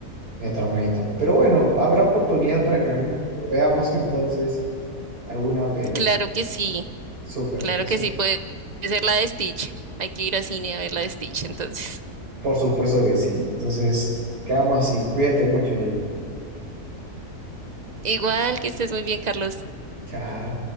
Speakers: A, on the right (about 75°); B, on the right (about 35°).
A: medio tramadito. Pero bueno, habrá oportunidad para que en algún momento veamos <laughs> entonces alguna pela.
B: claro que sí,
A: Súper,
B: claro
A: súper.
B: que sí, puede ser la de Stitch. Hay que ir al cine a ver la de Stitch, entonces.
A: Por supuesto que sí. Entonces, quedamos así. Cuídate mucho, Lady.
B: <laughs> Igual que estés muy bien, Carlos.
A: Chao.